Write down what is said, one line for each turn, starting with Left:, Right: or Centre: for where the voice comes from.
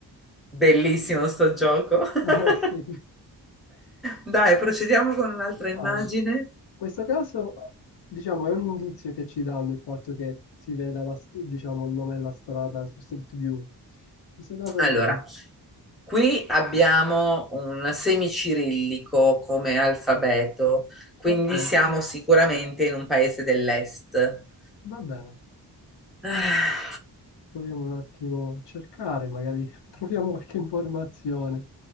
Centre: bellissimo sto gioco. <laughs>
Left: <laughs> Eh sì.
Centre: Dai, procediamo con un'altra
Left: Vai.
Centre: immagine.
Left: In questo caso, diciamo, è un indizio che ci danno il fatto che si veda la s- diciamo, il nome della strada su Street View. In questo caso,
Centre: Allora,
Left: diciamo,
Centre: qui abbiamo un semicirillico come alfabeto, quindi
Left: ok,
Centre: siamo sicuramente in un paese dell'est.
Left: va bene,
Centre: Ah,
Left: proviamo un attimo a cercare, magari <laughs> troviamo qualche informazione.